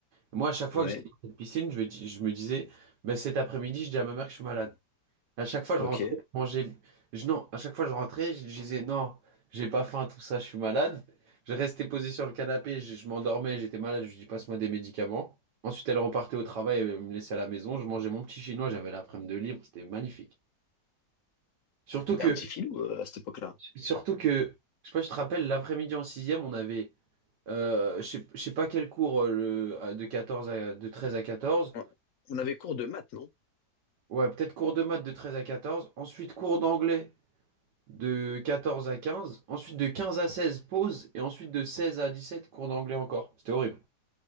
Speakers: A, on the right; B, on the left.
A: Moi, à chaque fois
B: Ouais.
A: que j'étais dans cette piscine, je me, dis- je me disais, ben, cet après-midi, je dis à ma mère que je suis malade. À chaque fois, je
B: Ok.
A: rentrais,
B: T'étais
A: je mangeais. je- non, à chaque fois, je rentrais, je, je disais, non, j'ai pas faim, tout ça, je suis malade. Je restais posé sur le canapé, je, je m'endormais, j'étais malade, je lui dis, passe-moi des médicaments. Ensuite, elle repartait au travail, elle me laissait à la maison, je mangeais mon petit chinois, j'avais l'après-midi de libre, c'était magnifique. Surtout que,
B: un petit filou euh, à cette époque-là.
A: surtout que, je sais pas, je te rappelle, l'après-midi en sixième, on avait, euh, je sais, je sais pas quel cours, euh, le, de 14 à, de 13 à 14.
B: On on avait cours de maths, non?
A: Ouais, peut-être cours de maths de 13 à quatorze ensuite cours d'anglais de 14 à quinze ensuite de 15 à 16 pause, et ensuite de 16 à 17 cours d'anglais encore. C'était horrible.